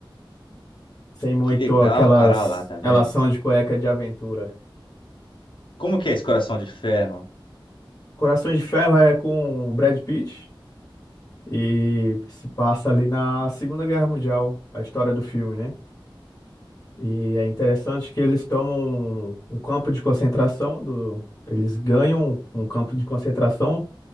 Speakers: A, on the left; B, on the left.
A: sem muito
B: Que legal,
A: aquelas
B: cara, Ah lá, tá vendo?
A: relação de cueca de aventura.
B: Como que é esse coração de ferro?
A: Corações de Ferro é com o Brad Pitt. e se passa ali na Segunda Guerra Mundial, a história do filme, né? E é interessante que eles tomam um, um campo de concentração do, eles ganham um campo de concentração